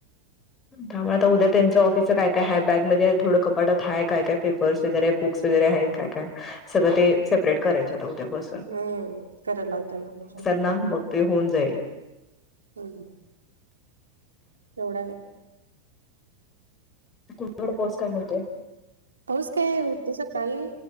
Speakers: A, on the left; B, on the right.
A: त्यामुळे उद्या त्यांच ऑफिस. काय काय है बॅगमध्ये थोडं कपाटत हाय का काय काय पेपरसं वगैरे बुक्स वगैरे आहे काय काय सगळं ते सेप्रेट करायच्या होत्या बसं.
B: हम्म करायला लावते मंग सांग.
A: ना मग ते होऊन जाईल.
B: हम् तेवढा आहे.
A: तुझ्याकडे पाऊस काय म्हणतोय
B: पाऊस काय होत सकाळी